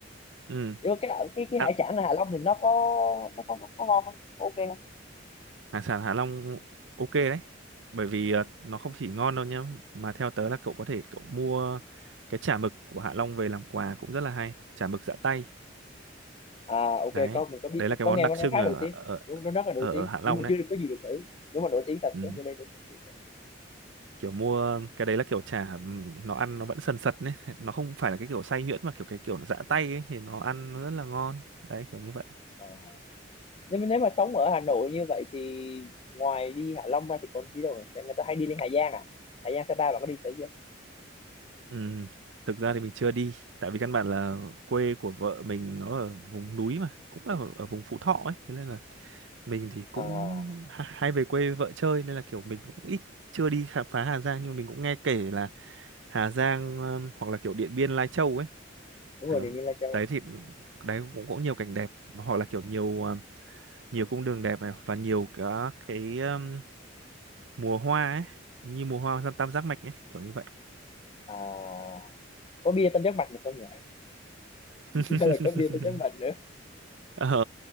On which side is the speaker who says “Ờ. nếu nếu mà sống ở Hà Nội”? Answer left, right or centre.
Left